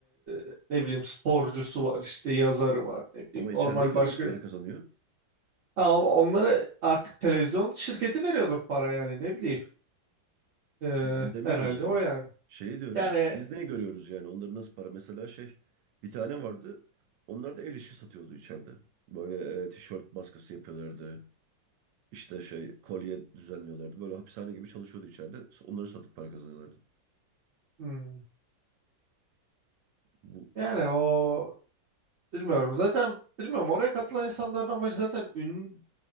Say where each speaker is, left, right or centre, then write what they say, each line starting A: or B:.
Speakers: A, on the right; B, on the right.
A: e, ne bileyim sporcusu var işte yazarı var ne bileyim
B: Ama içerideyken
A: normal başka.
B: nasıl para kazanıyor?
A: Ha, on- onları artık televizyon şirketi veriyordur para yani ne bileyim E,
B: Ben demiyorum
A: herhalde
B: ya.
A: o yani.
B: Şey diyorum.
A: Yani
B: Biz neyi görüyoruz yani? Onların nasıl para? Mesela şey bir tane vardı. Onlar da el işi satıyordu içeride. Böyle e, tişört baskısı yapıyorlardı. İşte şey kolye düzenliyorlardı. Böyle hapishane gibi çalışıyordu içeride. Onları satıp para kazanıyorlardı.
A: hmm,
B: Bu
A: yani o Bilmiyorum. Zaten bilmiyorum. Oraya katılan insanların amacı zaten ün,